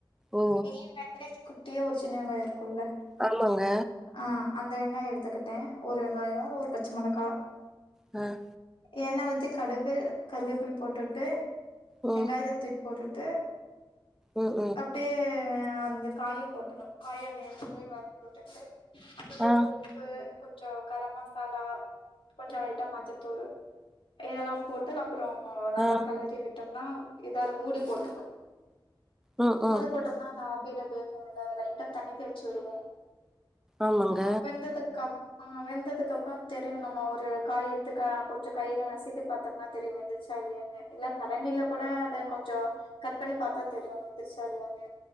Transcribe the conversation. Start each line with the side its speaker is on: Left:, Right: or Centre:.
Centre: ஓ
Left: பெரிய வெங்காயத்துல குட்டியா ஒரு சின்ன வெங்காய இருக்கும்ல்ல
Centre: ஆமாங்க
Left: ஆ அந்த வெங்காயம் எடுத்துக்கிட்ட ஒரு வெங்காயம் ஒரு பச்ச மொளகா
Centre: ம்
Left: எண்ணெ ஊத்தி கடுகு கருவேப்பில் போட்டுட்டு
Centre: ம்
Left: வெங்காயத்த போட்டுட்டு
Centre: ம் ம்
Left: விட்டு அந்த காய போட்டணு காய அந்த எண்ணெய்லயே வதக்கி விட்டுட்டு அது கூட
Centre: ஆ
Left: உப்பு கொஞ்சோ கரம் மசாலா கொஞ்சோ லைட்டா மஞ்சத்தூள் இதெல்லாம் போட்டு அப்புறோ நல்லா
Centre: ஆ
Left: களறி விட்டோம்னா எதாவ்து மூடி போட்டுன்னோ
Centre: ம்
Left: மூடி
Centre: ம்
Left: போட்டோம்னா அந்த ஆவில வேகும்ல்ல லைட்டா தண்ணி தெளிச்சு விடுவ
Centre: ஆமாங்க
Left: ஆ வெந்ததுகப் ஆ வெந்ததுக்கு அப்றோ தெரியுமல்ல ஒரு காய் எடுத்துக்க கொஞ்சோ கையில நசுக்கி பாத்தோம்னா தெரியும் வெந்துச்சா இல்லயானு இல்ல கரண்டில கூட அத கொஞ்சம் கட் பண்ணி பாத்தா தெரியும் வெ ந்துச்சா இல்லயானு